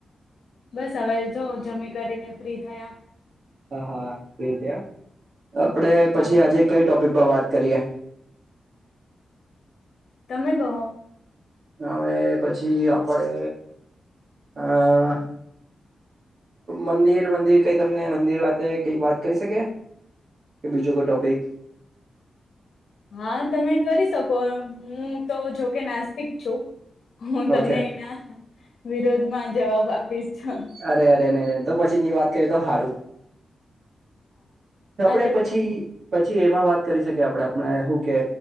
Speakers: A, on the left; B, on the right.
A: સવારે જો જમી કરીને ફ્રી થયા.
B: હા, હા એ આપડે પછી
A: હા
B: આજે, કઈ ટોપ. પીપા વાત કરીએ.
A: તમે કહો.
B: અને પછી, આપડે આ. મંદિર, મંદિર કઈ તમને મંદિર વાતે કઈ, વાત કરી શકે. એ બીજકો ટોપિક.
A: હા, તમે કરી શકો હું, તો જોકે નાસ્તિક છું. હું, તમને
B: ઓકે
A: એના વિરોધમાં, જવાબ આપીશ. હા
B: અરે અરે નહીં, નહીં તો પછી ની વાત કરીએ તો હારું.
A: આગળ
B: આપડે પછી,
A: બોલો
B: પછી. એમાં વાત કરી શકી, આપડે આપણે શું કે